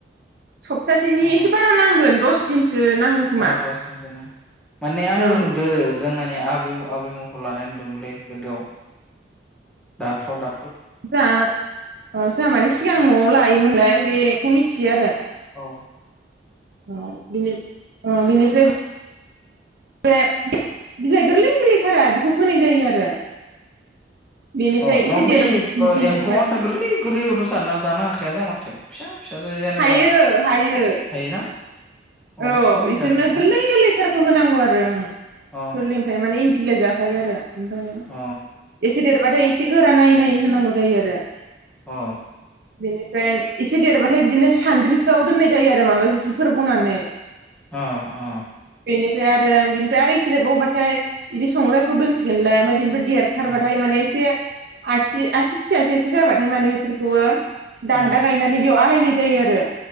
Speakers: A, on the right; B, in the centre.
A: सप्तासेनि
B: अ
A: एसे बारा नांगोन दस दिनसो नांगौ खोमा
B: अ दस दिनसो माने आंबो
A: औ
B: नुदो जोंहानि आबै आबैमुखौ लानाय नुदोमोनलै गोदोआव दाथ' दा
A: जा ओ जाहा माने सिगां न'आव
B: औ
A: लायोमोनलाय बे बेखौ मिथियो आरो
B: औ
A: अ बिनो अ बिनिफ्राय बे बे बिलाइ गोरलै गोरलै सारा बेखौ होनाय जायो आरो बेनिफ्राय
B: अ नङा
A: एसे
B: ओ
A: देर
B: बै
A: बिनिफ्राय
B: एम्फौआनोथ' गोरलै गोरलैयावथ' जान जानो हाखाया जां माथो फिसा फिसा जाय जेनेबा
A: हायो हायो
B: हायोना अ
A: औ
B: फिसानिफ्रायनो
A: इसोरनो
B: जाखायो न'
A: गोरलै गोरलैथारखौ होनांगौ आरो ओं
B: अ
A: गौरलैनिफ्रायनो माने इन्दि बिलाइ जा खायो आरो ओमफाय
B: अ
A: एसे देरबाथाय ए से गोरा नायै नायै होनांगौ जायो आरो
B: अ
A: बेनिफ्राय एसे देरबाथाय बिदिनो सान्द्रिफ्राव दोननाय जायो आरो माबा जिफोर बनानै <inaudible>
B: अ‌ अ
A: बेनिफ्राय आरो बिनिफ्राय आरो इसे देरबावबाथाय बिदि संगायफ्राव दोनसिगोनलाय ओमफ्राय बिनिफाय देरथारबाथाय
B: अ
A: माने एसे आसि आसि फिसासेसो जाबाथाय माने बिसोरखौबो
B: अ
A: दान्दा गायनानै बेयाव आ लायनाय जायो आरो